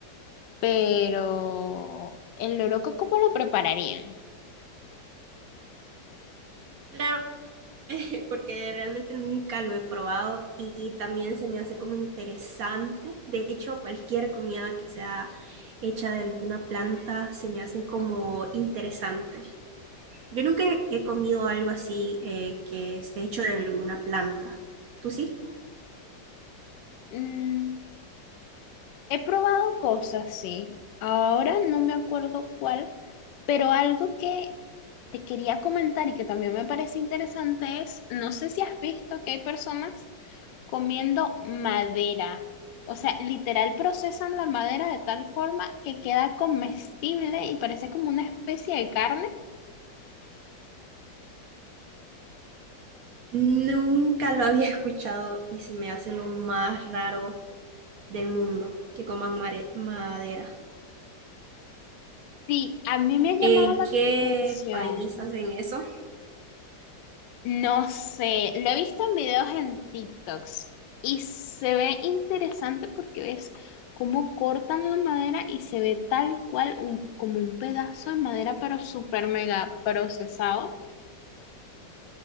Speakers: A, on the left; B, on the right.
A: Pero el loroco, ¿cómo lo prepararían?
B: La- <laughs> porque realmente nunca lo he probado y también se me hace como interesante. De hecho, cualquier comida que sea hecha de alguna planta se me hacen como interesante. Yo nunca he comido algo así eh, que esté hecho de alguna planta. ¿Tú sí?
A: Mm, he probado cosas, sí. Ahora no me acuerdo cuál, pero algo que te quería comentar y que también me parece interesante es, no sé si has visto que hay personas comiendo madera. O sea, literal procesan la madera de tal forma que queda comestible y parece como una especie de carne
B: Nunca lo había escuchado y se me hace lo más raro del mundo que coman mare- madera.
A: Sí, a mí me ha llamado
B: ¿En
A: la
B: qué
A: atención.
B: país hacen eso?
A: No sé, lo he visto en videos en TikToks y se ve interesante porque ves cómo cortan la madera y se ve tal cual un- como un pedazo de madera, pero súper mega procesado.